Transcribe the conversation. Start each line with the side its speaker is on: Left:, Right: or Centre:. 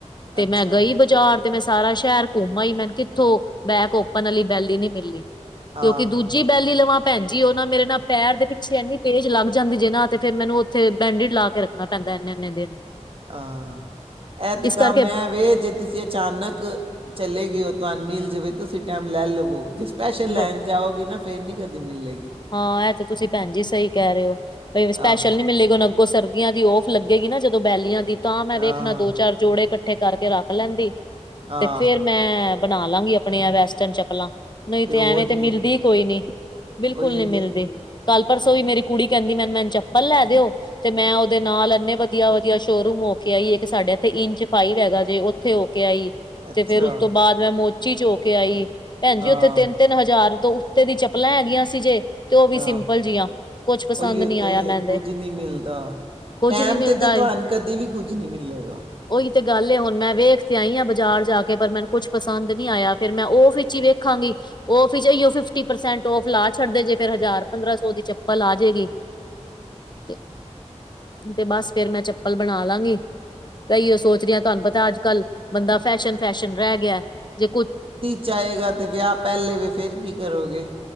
Left: ਤੇ
Right: ਅੱਛਾ
Left: ਮੈਂ ਗਈ ਬਾਜ਼ਾਰ ਤੇ ਮੈਂ ਸਾਰਾ ਸ਼ਹਿਰ ਘੁੰਮ ਆਈ ਮੈਨੂੰ ਕਿੱਥੋਂ ਬੈਕ ਓਪਨ ਵਾਲੀ ਬੈਲੀ ਨੀ ਮਿਲੀ
Right: ਹਾਂ
Left: ਕਿਉਂਕਿ ਦੂਜੀ ਬੈਲੀ ਲਵਾਂ ਭੈਣਜੀ' ਉਹ ਨਾ ਮੇਰੇ ਨਾਲ ਪੈਰ ਦੇ ਪਿੱਛੇ ਇੰਨੀ ਤੇਜ ਲੱਗ ਜਾਂਦੀ ਜ ਨਾ ਤੇ' ਫੇਰ ਮੈਨੂੰ ਉੱਥੇ ਬੈਂਡੇਡ ਲਾ ਕੇ ਰੱਖਣਾ ਪਾਂਦਾ ਇੰਨ- ਇਨੇ ਦਿਨ
Right: ਹਾਂ' ਇਹ ਤੇ
Left: ਇਸ
Right: ਕੰਮ
Left: ਕਰਕੇ
Right: ਹੈ ਵੇ ਜੇ ਤੁਸੀਂ ਅਚਾਨਕ ਚਲੇ ਗਏ ਓ ਤੁਹਨੂ ਮਿਲ ਜਾਵੇ ਤਾਂ ਤੁਸੀਂ ਟਾਈਮ ਲੈ ਲਵੋ ਜਿਸ ਸਪੈਸ਼ਲ ਲੈਣ
Left: ਬ
Right: ਜਾਓਗੇ ਨਾ ਫੇਰ ਨ ਕਦੀ ਮਿਲੇਗੀ।
Left: ਹਾਂ ਇਹ ਤੇ ਤੁਸੀਂ ਭੈਣ ਜੀ ਸਹੀ ਕਹਿ ਰਹੇ ਓ ਸਪੈਸ਼ਲ
Right: ਆਹੋ
Left: ਨੀ ਮਿਲੇ ਗ ਸਰਦੀਆਂ ਦੀ ਔਫ ਲੱਗੇਗੀ ਨਾ ਜਦੋਂ ਬੈਲੀਆਂ ਦੀ ਤਾਂ ਮੈਂ
Right: ਹਾਂ
Left: ਵੇਖਣਾ ਦੋ, ਚਾਰ ਜੋੜੇ ਇਕੱਠੇ ਕਰਕੇ ਰੱਖ ਲੈਂਦੀ
Right: ਹਾਂ
Left: ਤੇ ਫੇਰ ਮੈਂ ਬਣਾ ਲਾਂਗੀ ਆਪਣੀਆਂ ਵੈਸਟਰਨ ਚੱਪਲਾਂ ਨਹੀਂ ਤੇ
Right: ਹੋਰ
Left: ਐਵੇਂ ਤੇ ਮਿਲਦੀ
Right: ਕੀ
Left: ਕੋਈ ਨੀ ਬਿਲਕੁਲ
Right: ਉਹੀ
Left: ਨੀ ਮਿਲ਼ਦੀ
Right: ਤੇ
Left: ਕੱਲ ਪਰਸੋਂ ਵੀ ਮੇਰੀ ਕੁੜੀ ਕਹਿੰਦੀ ਮੈਨੂੰ ਮੈਨੂੰ ਚੱਪਲ ਲੈ ਦਿਓ ਤੇ' ਮੈਂ ਉਹਦੇ ਨਾਲ ਇੰਨੇ ਵਧੀਆ-ਵਧੀਆ ਸ਼ੋਰੂਮ ਹੋ ਕੇ ਆਈ ਇੱਕ ਸਾਡੇ ਇੱਥੇ ਇੰਚ ਪਾਈਵ ਹੈਗਾ ਜੇ ਉੱਥੇ ਹੋ ਕੇ ਆਈ
Right: ਅੱਛਾ
Left: ਤੇ ਫੇਰ ਉਸ ਤੋਂ ਬਾਅਦ ਮੈਂ ਮੋਚੀ ਚ ਹੋ ਕੇ ਆਈ ਭੈਣਜੀ
Right: ਹਾਂ
Left: ਉੱਥੇ ਤਿੰਨ-ਤਿੰਨ ਹਜ਼ਾਰ ਤੋਂ ਤੇ' ਇਦੀ ਚੱਪਲਾਂ ਹੈਗੀਆਂ ਸੀ ਜੇ ਤੇ'ਉਹ ਵੀ
Right: ਹਾਂ
Left: ਸਿੰਪਲ ਜਿਆਂ ਕੁਛ ਪਸੰਦ
Right: ਉਹੀ
Left: ਨਹੀਂ ਆਇਆ
Right: ਤੇ
Left: ਮੈਂਦੇ
Right: ਕੁਝ ਨਹੀਂ ਮਿਲਦਾ
Left: ਕੁੱਝ
Right: ਟਾਈਮ
Left: ਨੀ ਮਿਲਦਾ
Right: 'ਤੇ ਤਾਂ ਤੁਹਾਨੂੰ ਕਦੇ ਵੀ ਕੁਝ ਨਹੀਂ ਮਿਲੇਗਾ।
Left: ਉਹੀ ਤੇ ਗੱਲ ਏ ਹੁਣ ਮੈਂ ਵੇਖ ਤੇ ਆਈ ਹਾਂ ਬਾਜ਼ਾਰ ਜਾ ਕੇ ਪਰ ਮੈਨੂੰ ਕੁੱਛ ਪ ਪਸੰਦ ਨੀ ਆਇਆ ਫੇਰ ਮੈਂ ਉਹ ਹੀ ਵੇਖਾਂਗੀ ਉਹਓ ਫਿਫਟੀ ਪਰਸੈਂਟ ਔਫ ਲਾ ਛੱਡਦੇ ਜੇ ਫੇਰ ਹਜ਼ਾਰ ਪੰਦਰਾਂ ਸੌ ਦੀ ਚੱਪਲ ਆ ਜਾਏਗੀ ਤੇ ਤੇ ਬਸ ਫੇਰ ਮੈਂ ਚੱਪਲ ਬਣਾ ਲਾਂਗੀ। ਤ ਈਓ ਸੋਚ ਰਹੀਹਾ ਤੁਹਾਨੂੰ ਪਤਾ ਅੱਜ ਕੱਲ੍ਹ ਬੰਦਾ ਫੈਸ਼ਨ- ਫੈਸ਼ਨ ਰਹਿ ਗਿਆ ਜੇ ਕੁਛ
Right: ਜਾਏਗਾ 'ਤੇ ਵਿਆਹ ਪਹਿਲੇ ਵ ਫਿਰ ਕੀ ਕਰੋਗੇ